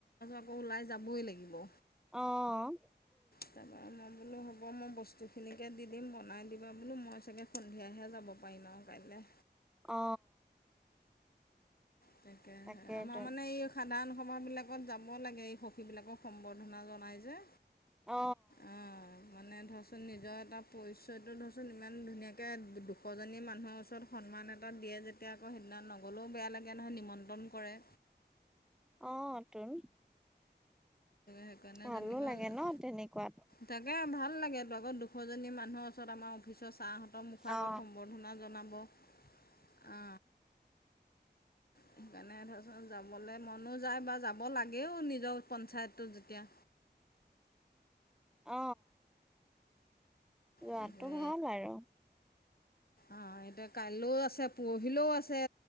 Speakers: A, on the left (about 55°); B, in the centre.
A: আকৌ ওলাই যাবই লাগিব।
B: অ
A: তাৰপৰা মই বোলো হ'ব মই বস্তুখিনিকে দি দিম বনাই দিবা বোলো মই চাগে সন্ধিয়াহে যাব পাৰিম আও কাইলে।
B: অ,
A: তাকে
B: তাকেইতো
A: আমাৰ মানে এই সাধাৰণ সভাবিলাকত যাব লাগে এই সখীবিলাকক সম্বৰ্ধনা জনাই যে।
B: অ।
A: অঁ মানে ধৰচোন নিজৰ এটা পৰিচয়টো ধৰচোন ইমান ধুনীয়াকে দুশজনী মানুহৰ ওচৰত, সন্মান এটা দিয়ে যেতিয়া আকৌ সিদিনা নগ'লেও বেয়া লাগে নহয় নিমন্ত্ৰণ কৰে।
B: অ টোন
A: সেইকাৰণে
B: ভালো
A: যেনিবা
B: লাগে ন তেনেকুৱাত।
A: তাকে ভাল লাগেতো দুশজনী মানুহৰ ওচৰত আমাৰ অফিচৰ চা হঁত মুখ আগত
B: অ
A: সম্বৰ্ধনা জনাব আ। সেইকাৰণে ধৰাচোন যাবলে মনো যায় বা যাব লাগেও নিজৰ পঞ্চায়তটোত যেতিয়া।
B: অ। যোৱটো
A: তাকে
B: ভাল আৰু
A: অ এতিয়া কাইলৈও আছে পৰহিলৈও আছে